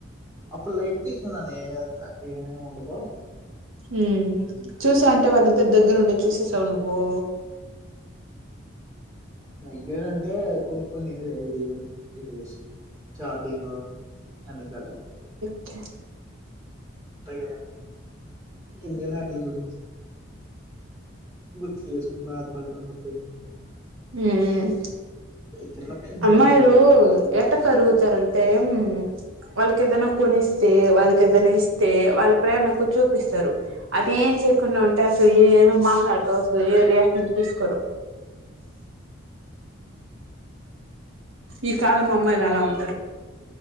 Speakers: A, on the right (about 20°); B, on the right (about 85°).
A: అప్పుడు లైట్ తీసుకున్నానే అయితే ఏమేం ఉండదో
B: ఉమ్
A: అని.
B: చూసాన్ టే వాళ్ళిద్దరు దగ్గరుండేది చూసేసావా నువ్వు
A: దగ్గర అంటే కొన్ని కొన్ని ఇదే ఇది <unintelligible> ఇది చార్టింగ్ అన్ని కత <unintelligible>
B: కే
A: టాయి గదా ఇంకెందుకులే అటిల గురించి గుర్తుచేసుకోని బాధ పడడం తప్ప ఏం ఉంది
B: మ్మ్
A: చిన్న పెయిన్
B: అమ్మాయిలు
A: కాదు అదైతే
B: ఎట్ట కరుగుతారంటే ఉమ్ వాళ్ళకేదన్నా కొనిస్తే వాళ్ళకేదన్నా ఇస్తే వాళ్ళ ప్రేమ ఎక్కువ చూపిస్తారు అది ఏం చేయకుండా ఉంటే అసలు ఏమీ మాట్లాడరు అసలు ఏ రియాక్షన్ తీసుకోరు ఈ కాలం అమ్మాయిలు అలా ఉంటారు